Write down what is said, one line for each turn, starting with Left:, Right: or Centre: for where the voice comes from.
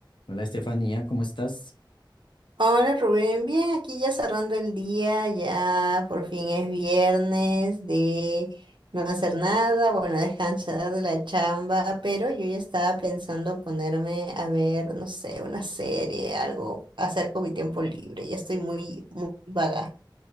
Left: Hola Estefanía, ¿cómo estás?
Right: Hola Rubén, bien, aquí ya cerrando el día, ya por fin es viernes de no hacer nada, bueno, descansar de la chamba, pero yo ya estaba pensando ponerme a ver, no sé, una serie, algo, hacer con mi tiempo libre, ya estoy muy, muy vaga.